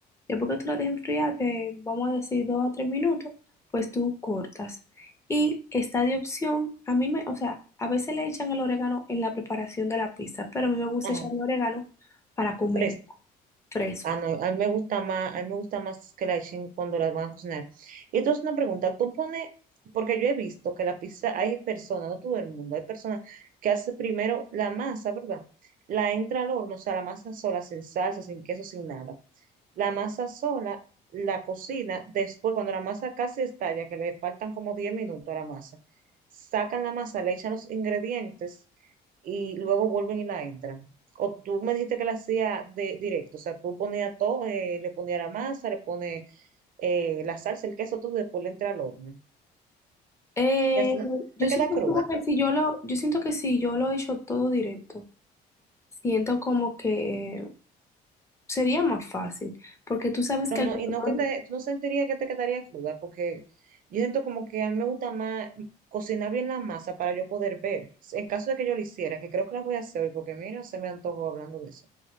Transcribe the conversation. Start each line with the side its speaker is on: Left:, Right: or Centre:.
Left: Después que tú la dejes enfriar de, vamos a decir, dos a tres minutos, pues tú cortas. Y está de opción, a mí me, o sea, a veces le echan el orégano en la preparación de la pizza, pero a mí me gusta
Right: Ajá.
Left: echarle orégano para comer
Right: Fresco.
Left: fresco.
Right: Ah, no, a mí me gusta más, a mí me gusta más que la echen cuando las van a cocinar. Y entonces una pregunta, tú pones, porque yo he visto que la pizza, hay personas, no todo el mundo, hay personas que hace primero la masa, ¿verdad? La entra al horno, o sea, la masa sola, sin salsa, sin queso, sin nada la masa sola, la cocina, después cuando la masa casi estalla, que le faltan como 10 minutos a la masa, sacan la masa, le echan los ingredientes y luego vuelven y la entran. O tú me dijiste que la hacía de directo, o sea, tú ponías todo, eh, le ponías la masa, le pones eh, la salsa, el queso, todo y después le entra al horno.
Left: Eh,
Right: Y así no-
Left: yo
Right: te
Left: siento
Right: queda cruda.
Left: como que si yo lo, yo siento que si yo lo echo todo directo siento como que sería más fácil, porque tú sabes
Right: Pero
Left: que
Right: no,
Left: el control,
Right: y no que te, tú no sentirías que te quedaría cruda, porque yo siento como que a mí me gusta más cocinar bien la masa para yo poder ver. En caso de que yo lo hiciera, que creo que la voy a hacer hoy, porque mira, se me antojó hablando de eso.